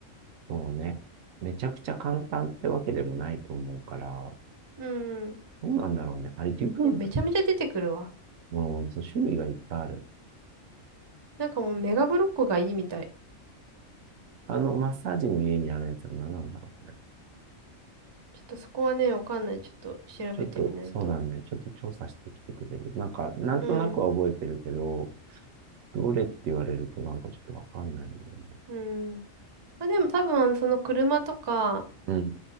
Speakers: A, on the right (about 80°); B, on the right (about 35°).
A: そうね、めちゃくちゃ簡単ってわけでもないと思うから、
B: うん、うん。
A: どうなんだろうね。あれ、デュプロ
B: でもめちゃめちゃ出てくるわ。
A: も、うそう、種類がいっぱいある。
B: なんかもうメガブロックがいいみたい。
A: あの、マッサージの家にあるやつは何なんだろうね。
B: ちょっとそこはね、わかんない。ちょっと調べてみないと。
A: ちょっと、そうだね。ちょっと調査してきてくれる。なんか、なんとなくは覚えてるけど、
B: うん、
A: どれって言われるとなんかちょっとわかんないんだよね。
B: うん。まあでも多分、その車とか、
A: うん。